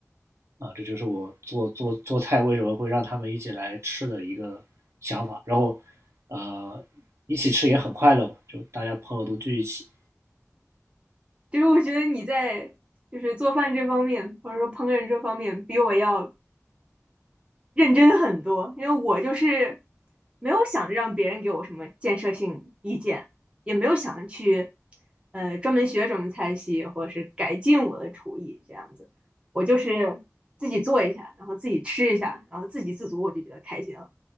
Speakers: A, on the right (about 60°); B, on the right (about 20°).
A: 啊，这就是我做做做菜为什么会让他们一起来吃的一个想法。然后，呃，一起吃也很快乐嘛，就大家朋友都聚一起，
B: 就是我觉得你在就是做饭这方面，或者说烹饪这方面，比我要认真很多，因为我就是没有想着让别人给我什么建设性意见，也没有想着去呃专门学什么菜系或者是改进我的厨艺这样子，我就是自己做一下，然后自己吃一下，然后自给自足，我就觉得开心了。